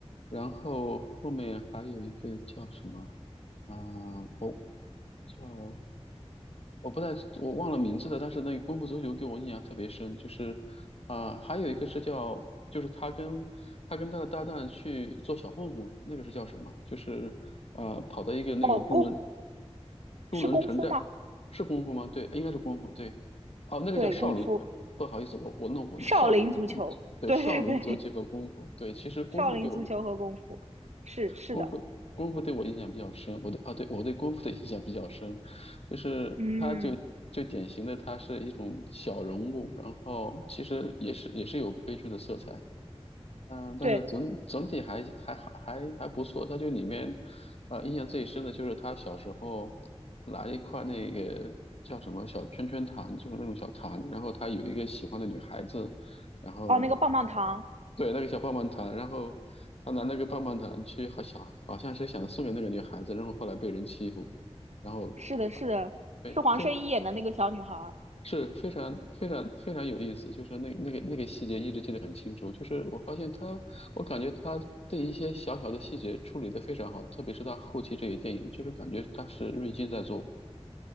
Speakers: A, on the left; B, on the right.
A: 然后后面还有一个叫什么？啊，我叫我不太我忘了名字了，但是那个《功夫足球》给我印象特别深，就是啊，还有一个是叫，就是他跟他跟他的搭档去做小混混，那个是叫什么？就是啊，跑到一个那个猪轮
B: 哦，功
A: 渡轮城寨
B: 是功夫吗？
A: 是功夫吗？对，应该是功夫。对，哦，那个叫少林。
B: 对，功夫，
A: 呃，不好意思，我我弄混了。
B: 少林足球，
A: 少林，嗯对，
B: 对
A: 少林则结合功夫。
B: <laughs> 对对，
A: 对，其实功夫给我
B: 少林足球和功夫，是是的，
A: 功夫功夫对我印象比较深，我对啊对我对功夫的印象比较深，就是他就就典型的他是一种小人物，
B: 嗯，
A: 然后其实也是也是有悲剧的色彩，嗯，但是总总体还还好还还不错。
B: 对，
A: 他就里面，呃，印象最深的就是他小时候拿一块那个叫什么小圈圈糖，就是那种小糖，然后他有一个喜欢的女孩子，然后
B: 哦，那个棒棒糖，
A: 对，那个小棒棒糖，然后他拿那个棒棒糖去，好想好像是想送给那个女孩子，然后后来被人欺负，然后
B: 是的，是的，
A: 对，
B: 是黄圣依演的那个小女孩儿
A: 非是非常非常非常有意思，就是那那个那个细节一直记得很清楚，就是我发现他，我感觉他对一些小小的细节处理得非常好，特别是他后期这些电影，就是感觉他是瑞金在做，